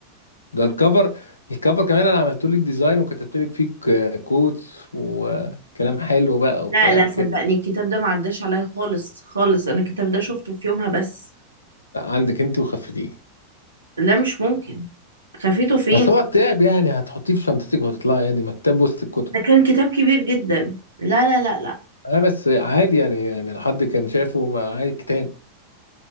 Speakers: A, on the left (about 80°); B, on the right (about 75°).
A: ده الكفر الكفر كمان انا عملت لك ديزاين وكتبت لك فيه ك- كوتس وكلام حلو بقى وبتاع
B: لا لا
A: وكده
B: صدقني الكتاب ده ما عداش عليا خالص خالص انا الكتاب ده شفته في يومها بس
A: لا، عندك انت وخفتيه
B: لا مش ممكن خفيته فين
A: أصل هو كتاب يعني هتحطيه في شنطتِك وهتطلعي يعني مكتبة وسط الكُتب.
B: ده كان كتاب كبير جدا لا لا لا لا
A: آه، بس عادي يعني يعني لو حد كان شافه ما عادي كتاب،